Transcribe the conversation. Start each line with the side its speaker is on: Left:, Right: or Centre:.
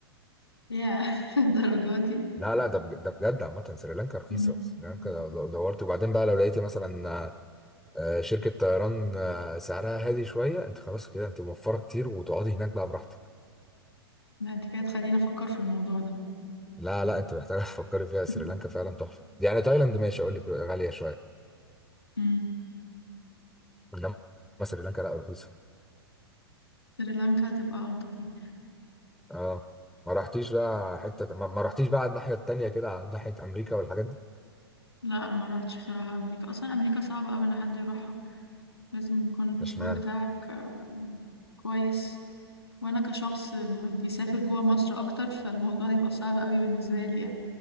Left: يا <laughs> الدرجة دي
Centre: لا لا ده بج- ده بجد عامه سريلانكا رخيصه
Left: مم.
Centre: سريلانكا لو- لو دورت وبعدين بقى لو لقيتي مثلا آه، شركه طيران آه، سعرها هادي شويه انت خلاص كده انت موفره كتير وتقعدي هناك بقى براحتك
Left: لا انت كده تخليني افكر في الموضوع ده
Centre: لا لا انت محتاجه <laughs> تفكري
Left: <laughs>
Centre: فيها سريلانكا فعلا تحفه يعني تايلاند ماشي اقول لك غاليه شويه
Left: مم.
Centre: انما سريلانكا لا رخيصه
Left: سريلانكا هتبقى الطف يعني.
Centre: اه ما رحتيش بقى حتة ما, ما رحتيش بقى على الناحية التانية كده على ناحية أمريكا والحاجات دي
Left: لا ما روحتش بصراحة امريكا اصلا امريكا صعبة قوي ان حد يروحها لازم يكون الباسبور
Centre: مش معنى
Left: بتاعك آه، كويس وانا كشخص بيسافر جوه مصر اكتر فالموضوع هيبقى صعب قوي بالنسبه لي يعني